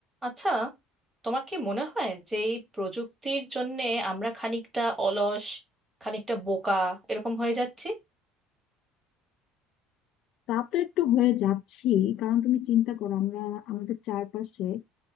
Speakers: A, on the right; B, on the left.
A: আচ্ছা তোমার কি মনে হয় যে এই প্রযুক্তির জন্যে আমরা খানিকটা অলস খানিকটা বোকা এরকম হয়ে যাচ্ছি
B: তা তো একটু হয়ে যাচ্ছি কারণ তুমি চিন্তা করো আমরা আমাদের চারপাশে